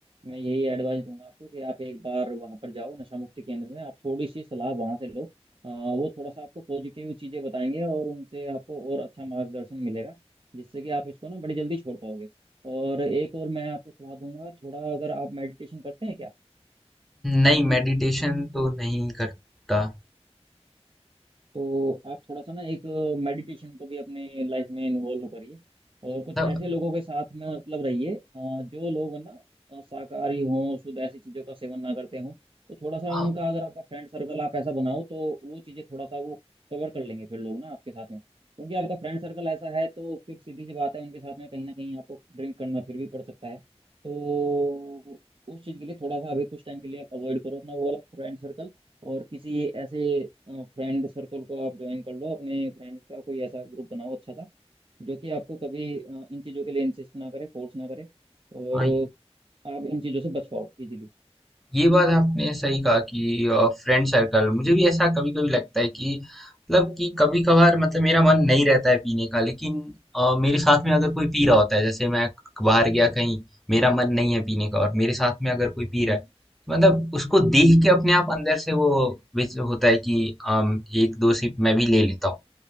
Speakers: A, on the right (about 50°); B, in the centre.
A: मैं यही एडवाइस दूंगा आपको कि आप एक बार वहां पर जाओ नशा मुक्ति केंद्र में आप थोड़ी सी सलाह वहां से लो अ, वो थोड़ा सा आपको पॉजिटिव चीजें बताएंगे और उनसे आपको और अच्छा मार्गदर्शन मिलेगा जिससे कि आप इसको ना बड़ी जल्दी छोड़ पाओगे और एक और मैं आपको सलाह दूंगा थोड़ा अगर आप मेडिटेशन करते हैं
B: नहीं मेडिटेशन तो नहीं करता
A: तो आप थोड़ा सा ना एक मेडिटेशन को भी अपने लाइफ में इन्वॉल्व करिए और कुछ
B: मतलब
A: ऐसे लोगों के साथ में मतलब रहिए अ, जो लोग ना अ, शाकाहारी हों शुद्ध ऐसी चीज़ों का सेवन ना करते हों तो थोड़ा सा
B: हाँ
A: उनका अगर आपका फ्रेंड सर्कल आप ऐसा बनाओ तो वो चीज़ें थोड़ा सा वो कवर कर लेंगे फिर लोग ना आपके साथ में क्योंकि आपका फ्रेंड सर्कल ऐसा है तो फिर सीधी सी बात है उनके साथ में कहीं ना कहीं आपको ड्रिंक करना फिर भी पड़ सकता है तो उस चीज़ के लिए थोड़ा सा अभी कुछ टाइम के लिए अवॉइड करो अपना वो वाला फ्रेंड सर्कल और किसी ऐसे फ्रेंड सर्कल को आप ज्वाइन कर लो अपने फ्रेंड्स का कोई ऐसा ग्रुप बनाओ अच्छा सा जो कि आपको कभी अ, इन चीज़ों के लिए इंसिस्ट ना करे फोर्स ना करे और
B: हाँ
A: आप इन चीज़ों से बच पाओ इजीली
B: ये बात आपने सही कहा कि फ्रेंड सर्कल मुझे भी ऐसा कभी कभी लगता है कि मतलब कि कभी कभार मतलब मेरा मन नहीं रहता है पीने का लेकिन अ, मेरे साथ में अगर कोई पी रहा होता है जैसे मैं बाहर गया कहीं मेरा मन नहीं है पीने का और मेरे साथ में अगर कोई पी
A: हम्म
B: रहा है तो मतलब उसको देख के अपने आप अंदर से वो विच होता है कि अम, एक दो सिप मैं भी ले लेता हूँ